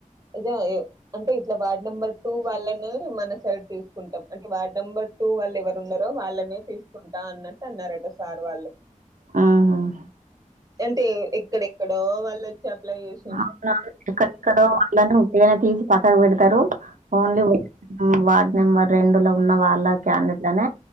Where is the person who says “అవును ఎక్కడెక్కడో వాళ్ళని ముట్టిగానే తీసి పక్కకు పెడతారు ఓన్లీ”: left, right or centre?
Right